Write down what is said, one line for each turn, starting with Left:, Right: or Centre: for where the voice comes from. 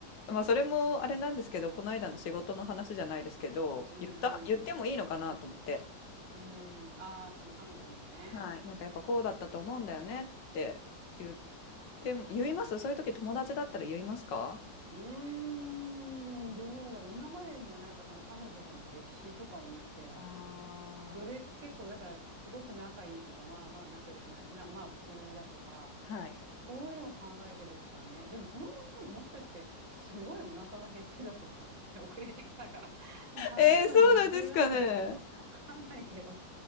Left: あ、まあそれもあれなんですけど、この間の仕事の話じゃないですけど、
Right: うんう
Left: 言った、言ってもいいのかなと思って。
Right: ん。うん。ああ、その彼女にね。
Left: はい。なんかやっぱこうだったと思うんだよねって言っても、言いますそういう時友達だったら言いますか
Right: うーん、どうだろう。今までのなんかその彼女との歴史とかを見て、
Left: ああ
Right: どれ、結構だからすごく仲いいとか、まあまあ仲良くない、な、まあ普通だとか、
Left: ー。はい。
Right: そういうのを考えてですかね。でもその女の子もしかしてすごいお腹が減ってたとか、<laughs> 遅れてきたから、もう食べるのに夢中だったとか、
Left: えー、そうなんですかね。
Right: わかんないけど。